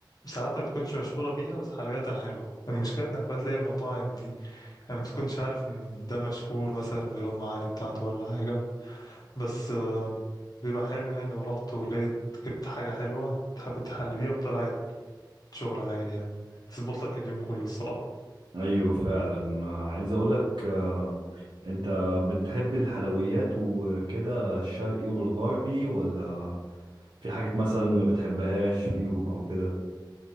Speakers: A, on the left; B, on the right.
A: ساعات ما بتكونش مشهورة بيها بس حلوياتها حلوة المشكلة انك بقى تلاقي المطاعم دي يعني ما بتكونش عارف ان ده مشهور مثلا بالأم علي بتاعته ولا حاجة بس آه، بيبقى حلو يعني لو رحت ولقيت جبت حاجة حلوة تحب تحل بيها وطلعت شغل عالي يعني تظبط لك اليوم كله الصراحة
B: ايوه فعلا عايز اقولك آه، انت بتحب الحلويات وكده الشرقي والغربي ولا في حاجات مثلا ما بتحبهاش فيهم او كده